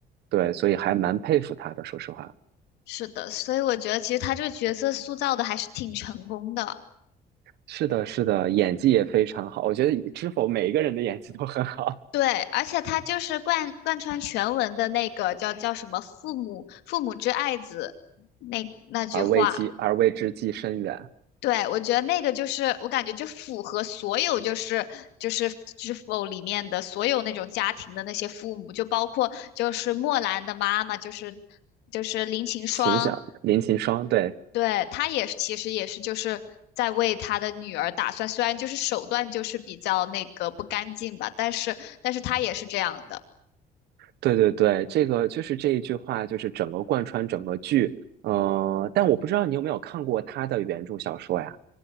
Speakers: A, on the right (about 75°); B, on the left (about 80°).
A: 对，所以还蛮佩服他的，说实话，
B: 是的，所以我觉得其实他这个角色塑造的还是挺成功的。
A: 是的，是的，演技也非常好，我觉得知否每一个人的演技都很好，
B: 对，而且他就是贯贯穿全文的那个叫叫什么“父母父母之爱子”那那句话。
A: 而为鸡而为之计深远，
B: 对，我觉得那个就是我感觉就符合所有就是就是知否里面的所有那种家庭的那些父母，就包括就是莫兰的妈妈，就是就是林晴霜，
A: 秦响林秦霜，对，
B: 对，他也是其实也是就是在为他的女儿打算，虽然就是手段就是比较那个不干净吧，但是但是他也是这样的。
A: 对对对，这个就是这一句话，就是整个贯穿整个剧。呃，但我不知道你有没有看过他的原著小说呀？